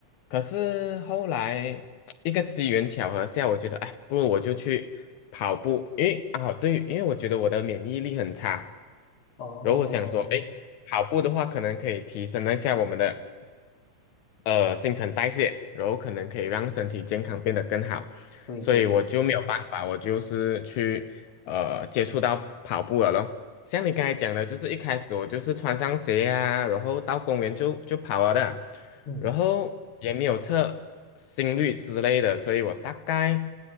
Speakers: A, on the left (about 80°); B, on the left (about 50°).
A: 可是后来 <tsk> 一个机缘巧合下，我觉得，哎，不如我就去跑步，因为啊，对，因为我觉得我的免疫力很差，
B: 嗯，哦，
A: 然后我想说，哎，哦跑步的话，可能可以提升一下我们的。呃新陈代谢，然后可能可以让身体健康变得更好，
B: 对对对，
A: 所以我就没有办法，我就是去呃接触到跑步了咯。像你刚才讲的，就是一开始我就是穿上鞋啊，然后到公园就就跑了的，
B: 嗯
A: 然后也没有测心率之类的，所以我大概